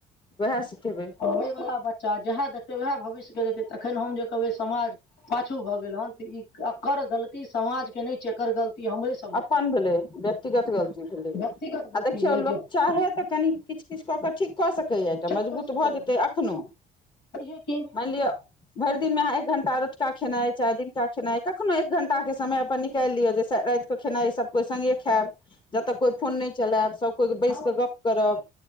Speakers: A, on the left (about 30°); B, on the left (about 80°).
A: उएह सिखेबै
B: आबैवला बच्चा जएह देखतै वएह भविष्यके देतै तखन हम जे कहबै समाज पाछू भऽ गेल हन तऽ ई एकर गलती समाज के नै छै एकर गलती हमरे स
A: अपन भेलै व्यक्तिगत गलती भेलै आ
B: व्यक्तिगत गलती
A: देखियौ
B: भेलै
A: लोक
B: जे
A: चाहे तऽ कनि किछ किछ कऽ क ठीक कऽ सकैया एटा
B: ठीक
A: मजबूत
B: कऽ सकैए
A: भऽ जेतै एखनो
B: बुझियै कि
A: मानि लिअ भरि दिनमे अहाँ एक घंटा रतुका खेनाइ चाहे दिनका खेनाइ कखनो एक घंटाके समय अपन निकैल लिय जय स राइत खेनाइ सब कोइ सङ्गे खैब जबतक कोइ फोन नै चलएब सब कोइ बैस
B: हँ
A: कऽ गप करब।